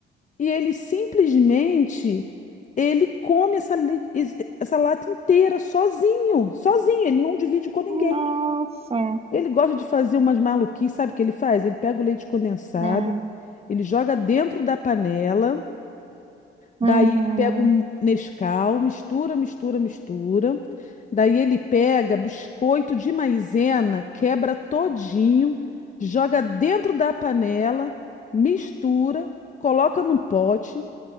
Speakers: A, on the left; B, on the right.
A: e ele simplesmente ele come essa, le- es- essa lata inteira sozinho, sozinho, ele não divide com ninguém.
B: Nossa.
A: Ele gosta de fazer umas maluquices, sabe o que ele faz? Ele pega o leite condensado,
B: hum,
A: ele joga dentro da panela
B: uhum.
A: Daí ele pega um Nescau, mistura, mistura, mistura. Daí ele pega biscoito de maisena, quebra todinho, joga dentro da panela, mistura, coloca num pote,